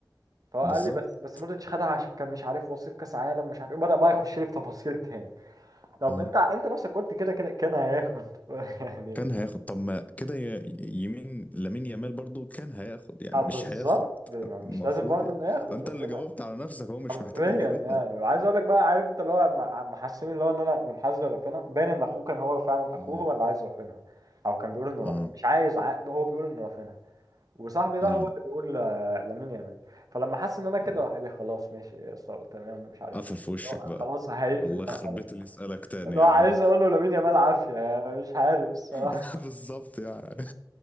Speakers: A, on the right (about 55°); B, on the left (about 20°).
A: فهو
B: بالظبط
A: قال لي بس بس مودريتش خدها عشان كان مش عارف وصيف كاس عالم مش عارف ايه بدأ بقى يخش لي في تفاصيل تاني طب
B: اه
A: انت انت نفسك قلت كده كده كان هياخد <laughs> يعني
B: كان هياخد طب ما كده ي- يمين لامين يامال برضو كان هياخد يعني
A: اه بالظبط
B: مش هياخد
A: يعني
B: <laughs>
A: مش
B: المفروض
A: لازم برضه
B: يعني
A: انه ياخد
B: انت
A: رافينا
B: اللي جاوبت على نفسك هو مش
A: حرفيا
B: محتاج اجابتنا
A: يعني وعايز اقول لك بقى عارف انت اللي هو مع- محسسني اللي هو ان انا منحاز لرافينا باين ان اخوه كان هو فعلا
B: اه
A: اخوه هو اللي عايز رافينا او كان بيقول انه
B: اه
A: رافينا مش عايز ع... هو بيقول انه رافينا وصاحبي ده
B: اه
A: هو اللي بيقول آه، لامين يامال فلما حس ان انا كده
B: مم.
A: راح قال لي خلاص ماشي يا اسطى تمام ومش عارف
B: قفل
A: ايه
B: في وشك بقى
A: خلاص هيقفل
B: الله
A: بقى
B: يخرب
A: خلاص
B: بيت اللي يسألك تاني
A: اللي
B: يا
A: هو عايز
B: عم
A: اقوله لامين يامال عافيه يعني مش عارف الصراحه
B: <laughs> بالظبط يعني